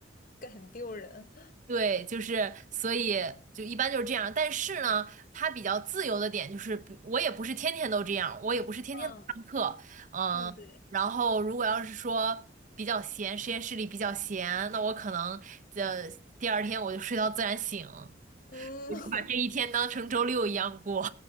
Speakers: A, on the left; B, on the right.
A: 很丢人，
B: 对，就是所以就一般就是这样，但是呢，它比较自由的点就是比，我也不是天天都这样，我也不是天天都上课，
A: 啊
B: 嗯，
A: 啊对，
B: 然后如果要是说比较闲，实验室里比较闲，那我可能呃第二天我就睡到自然醒，我就把这一天当成周六一样过，
A: 嗯 <laughs>